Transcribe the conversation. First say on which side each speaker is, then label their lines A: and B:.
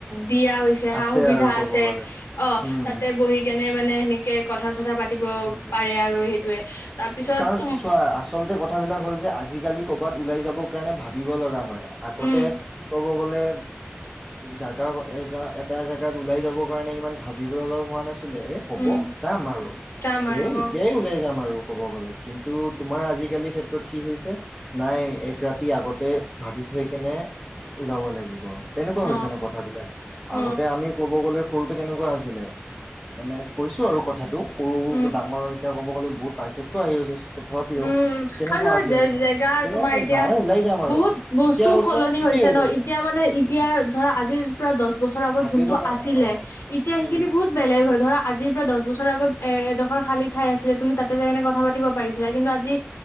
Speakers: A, on the left; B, in the centre.
A: দিয়া হৈছে। সা
B: আছে
A: সুবিধা
B: আৰু ক'ব
A: আছে,
B: গ'লে
A: অ',
B: উম,
A: তাতে বহি কেনে মানে সেনে <unintelligible> কথা চথা পাতিব
B: উম।
A: পাৰে আৰু সেইটোয়ে, তাৰপিছত
B: কাৰণ
A: তম
B: চোৱা আচলতে কথাবিলাক হ'ল যে আজিকালি কৰ'বাত ওলাই যাবৰ কাৰণে ভাবিব লগা হয়। আগতে
A: উম
B: ক'ব গ'লে, জাগা এ এটা জেগাত ওলাই যাবৰ কাৰণে ইমান ভাবিব লগা হোৱা নাছি <unintelligible> এ হ'ব
A: উম
B: যাম আৰু
A: যাম আৰু
B: এ, এতিয়াই
A: অ
B: ওলাই যাম আ আৰু ক'ব গ'লে, কিন্তু তোমাৰ আজিকালি ক্ষেত্ৰত কি হৈছে, নাই এক ৰাতি আগতে ভাবি থৈ কেনে ওলাব লাগিব। তেনেকুৱা
A: অ
B: হৈছে ন, কথাবিলাক
A: অ
B: আগতে আমি ক'ব গ'লে সৰুতে কেনেকুৱা আছিলে? মানে কৈছ চো, আৰু কথাটো। সৰুকো,
A: উম
B: ডাঙৰ এতিয়া ক'ব গ'লে বহুত পাৰ্থক্য আহি গৈছে তথাপিও
A: উম,
B: কেনেকুৱা
A: আৰু নহয়
B: আছিলে
A: জে-জেগা
B: নো যে
A: তোমাৰ এতিয়া
B: নাই ওলাই যাম আৰু
A: বহুত বস্তু
B: এতিয়া কৈছে
A: সলনি
B: এতিয়াই
A: হৈছে
B: ওলাই
A: ন?
B: যাম
A: এতিয়া মানে এতিয়া
B: উম
A: ধৰা আজি প্ৰা, দচ বছৰ আগত
B: ভাবি
A: যোনটো
B: লও
A: আছিলে,
B: অ
A: এতিয়া সেইখিনি
B: উম
A: বহুত বেলেগ হয়, ধৰা আজিৰ পৰা দচ বছৰৰ আগত এ-এডখৰ খালী ঠাই আছিলে, তুমি তাতে যায় কেনে কথা পাতিব পাৰি <unintelligible> কিন্তু আজি